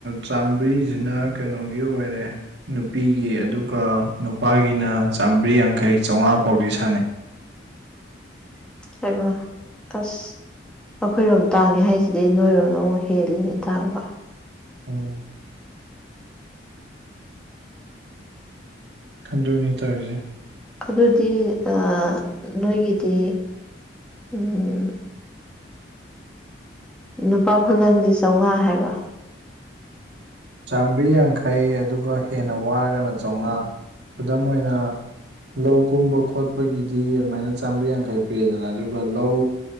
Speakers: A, on the right; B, in the centre.
A: ꯆꯥꯝꯕ꯭ꯔꯤꯖꯤꯅ ꯀꯩꯅꯣꯒꯤ ꯑꯣꯏꯔꯦ ꯅꯨꯄꯤꯒꯤ ꯑꯗꯨꯒ ꯅꯨꯄꯥꯒꯤꯅ ꯆꯥꯝꯕ꯭ꯔꯤ ꯌꯥꯡꯈꯩ ꯆꯧꯉꯥ ꯐꯥꯎꯗꯤ ꯁꯥꯟꯅꯩ꯫
B: ꯍꯩꯃ ꯑꯁ ꯑꯈꯣꯏꯔꯣꯝ ꯇꯥꯡꯉꯦ ꯍꯥꯏꯁꯤꯗꯤ ꯅꯣꯏꯔꯣꯝꯅ ꯑꯃꯨꯛ ꯍꯦꯜꯂꯦꯅꯦ ꯇꯥꯡꯕ꯫
A: ꯑꯣ ꯑꯗꯨꯅꯤ ꯇꯧꯏꯖꯦ
B: ꯑꯗꯨꯗꯤ ꯑꯥ ꯅꯣꯏꯒꯤꯗꯤ ꯎꯝ ꯅꯨꯄꯥ ꯈꯨꯂꯪꯖꯤ ꯆꯧꯉꯥ ꯍꯥꯏꯕ
A: ꯆꯥꯝꯕ꯭ꯔꯤ ꯌꯥꯡꯈꯩ ꯑꯗꯨꯒ ꯍꯦꯟꯅ ꯋꯥꯔꯒꯅ ꯆꯧꯉꯥ ꯈꯨꯗꯝ ꯑꯣꯏꯅ ꯂꯧ ꯀꯨꯝꯕ ꯈꯣꯠꯄꯒꯤꯗꯤ ꯑꯗꯨꯃꯥꯏꯅ ꯆꯥꯝꯃ꯭ꯔꯤ ꯌꯥꯡꯈꯩ ꯄꯤꯔꯦꯗꯅ ꯑꯗꯨꯒ ꯂꯧ